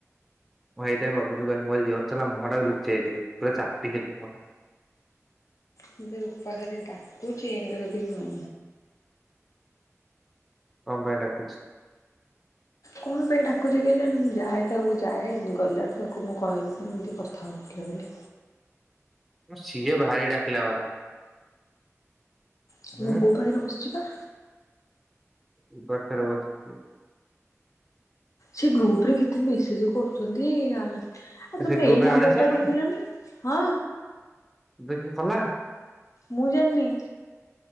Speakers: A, in the centre; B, on the left.
A: ମୁଁ ହେଇଥିପାଇଁ ବାବୁଲୁକୁ କହିଲି ମୁଁ କହିଲି ଜୋରେ ଚଲା ମୁହଁଟା ଲୁଚେଇଦେଲି ପୁରା ଚାପିଦେଲି ମୁହଁଟା।
B: ମତେ ରୂପା ଖାଲି ଡାକୁଚି ଏଇନାକେ ଯଦି ଉଁ
A: କଣ ପାଇଁ ଡାକୁଚି?
B: କଣ ପାଇଁ ଡାକୁଚି କେଜାଣ ମୁଁ ଯାଏ ତାକୁ ଯାଏ ଗଲାଠୁ ତାକୁ ମୁଁ କହିବି ତ ଏମିତି କଥା ହୋଉଥିଲି ବୋଲି।
A: ହଁ ସିଏ ଭାରି ଡାକିଲା ବାଲା।
B: ସିଏ
A: ଉଁ
B: ମୋ ବୋଉ ପାଖରେ ବସିଚି ପା।
A: ଉ ପାଖରେ ବସଚି।
B: ସେ ଗ୍ରୁପରେ କେତେ ମେସେଜେ କରୁଚନ୍ତି ଆ ଆରେ
A: ତୁ
B: ତମର
A: ସେ ଗ୍ରୁପ
B: ଏଇ
A: ରେ
B: ନମ୍ବରଟା
A: ଆଡ ହେଇ ସାରିଲୁଣି?
B: ଦେଇଲନି ହଁ।
A: ଏବେ କିଏ କଲା।
B: ମୁଁ ଜାଣିନି।